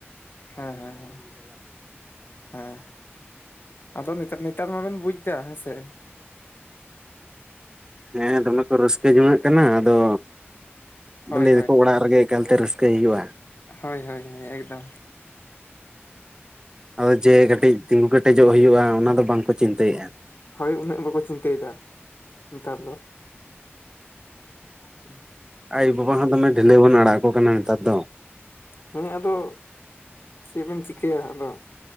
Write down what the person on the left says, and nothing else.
ᱦᱮᱸ ᱦᱮᱸ ᱦᱮᱸ ᱦᱮᱸ᱾ ᱫᱚ ᱱᱮᱛᱟᱨ ᱱᱮᱛᱟᱨ ᱢᱟᱵᱤᱱ ᱵᱩᱡ ᱫᱟ ᱦᱮᱸᱥᱮ᱾
ᱦᱳᱭ
ᱦᱳᱭ ᱦᱳᱭ ᱦᱳᱭ ᱮᱠᱫᱚᱢ᱾
ᱦᱳᱭ ᱩᱱᱟᱹᱜ ᱵᱟᱠᱚ ᱪᱤᱱᱛᱟᱹᱭᱫᱟ ᱱᱮᱛᱟᱨ ᱫᱚ᱾ <inaudible>
ᱦᱮᱸ ᱟᱫᱚ ᱪᱮᱫ ᱵᱮᱱ ᱪᱤᱠᱟᱹᱭᱟ ᱟᱫᱚᱼᱼ